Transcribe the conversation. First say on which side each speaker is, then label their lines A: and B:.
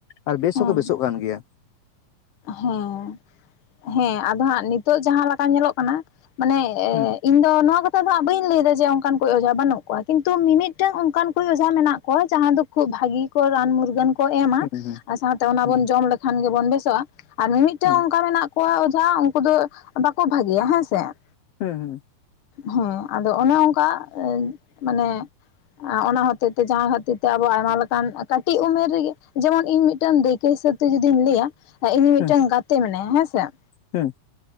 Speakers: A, on the left; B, on the left.
A: ᱟᱨ ᱵᱮᱥ
B: ᱦᱮᱸ
A: ᱦᱚᱸᱠᱚ, ᱵᱮᱥᱚᱜ ᱠᱟᱱ ᱜᱮᱭᱟ ᱾
B: ᱦᱮᱸ, ᱦᱮᱸ ᱟᱫᱚ ᱦᱟᱸᱜ, ᱱᱤᱛᱚᱜ ᱡᱟᱦᱟᱸ ᱞᱮᱠᱟ ᱧᱮᱞᱚᱜ ᱠᱟᱱᱟ, ᱢᱟᱱᱮ
A: ᱦᱩᱸ
B: ᱤᱧ ᱫᱚ ᱱᱚᱣᱟ ᱠᱟᱛᱷᱟ ᱫᱚ ᱦᱟᱸᱜ, ᱵᱟᱹᱧ ᱞᱟᱹᱭ ᱮᱫᱟ ᱾ ᱡᱮ, ᱚᱱᱠᱟᱱ ᱠᱚ ᱚᱡᱷᱟ ᱵᱟᱹᱱᱩᱜ ᱠᱚᱣᱟ, ᱠᱤᱱᱛᱩ, ᱢᱤᱢᱤᱫᱴᱟᱝ ᱚᱱᱠᱟᱱ ᱠᱚ, ᱚᱡᱷᱟ ᱢᱮᱱᱟᱜ ᱠᱚᱣᱟ, ᱡᱟᱦᱟᱸ ᱫᱚ ᱠᱷᱩᱵ ᱵᱷᱟᱹᱜᱤ ᱠᱚ, ᱨᱟᱱ ᱢᱩᱨᱜᱟᱹᱱ ᱠᱚ ᱠᱚ ᱮᱢᱟ᱾
A: ᱦᱩᱸ
B: ᱟᱨ ᱥᱟᱶᱛᱮ, ᱚᱱᱟ
A: ᱦᱩᱸ
B: ᱵᱚᱱ ᱡᱚᱢ ᱞᱮᱠᱷᱟᱱ ᱜᱮᱵᱚᱱ ᱵᱮᱥᱚᱜᱼᱟ, ᱟᱨ ᱢᱤᱢᱤᱫᱴᱟᱝ
A: ᱦᱩᱸ
B: ᱚᱱᱠᱟ ᱢᱮᱱᱟᱜ ᱠᱚᱭ ᱚᱡᱷᱟ, ᱩᱱᱠᱩ ᱫᱚ ᱵᱟᱠᱚ ᱵᱷᱟᱜᱮᱭᱟ ᱾ ᱦᱮᱸ ᱥᱮ ᱾
A: ᱦᱮᱸᱻ ᱦᱮᱸᱻ ᱾
B: ᱦᱚᱸ ᱟᱫᱚ, ᱚᱱᱮ ᱚᱱᱠᱟ ᱮᱼ ᱢᱟᱱᱮ ᱚᱱᱟ ᱦᱚᱛᱮ ᱛᱮ, ᱡᱟᱦᱟᱸ ᱠᱷᱟᱹᱛᱤᱨ ᱛᱮ, ᱟᱵᱚ ᱟᱭᱢᱟ ᱞᱮᱠᱟᱱ, ᱠᱟᱹᱴᱤᱡ ᱩᱢᱮᱨ ᱨᱮᱜᱮ, ᱡᱮᱢᱚᱱ ᱤᱧ ᱢᱤᱫᱴᱮᱱ ᱫᱟᱹᱭᱠᱟᱹ ᱦᱤᱥᱟᱹᱵ ᱛᱮ, ᱱᱤᱛᱳᱜ ᱡᱩᱫᱤᱧ ᱞᱟᱹᱭᱟ, ᱤᱧ ᱢᱤᱫᱴᱮᱱ
A: ᱦᱩᱸ
B: ᱜᱟᱛᱮ ᱢᱮᱱᱟᱭᱟ, ᱦᱮᱸᱥᱮ ᱾
A: ᱦᱩᱸ